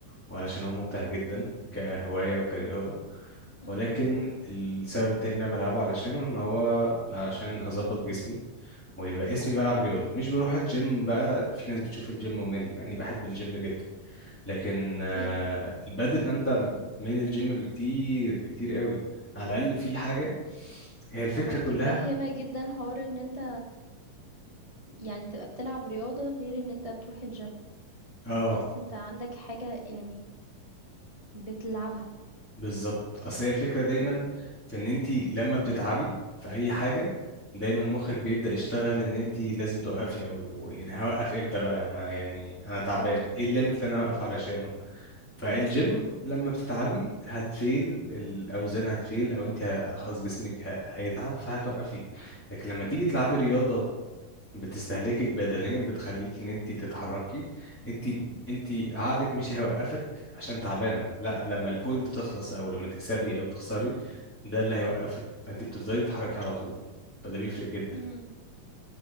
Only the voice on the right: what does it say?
امم
اوكي
انا متفهمه
جدا حوار ان انت يعني تبقى بتلعب رياضه غير ان انت بتروح الجيم
اتليست انت عندك حاجه يعني بتلعبها
مم.
اه
مم.
مم.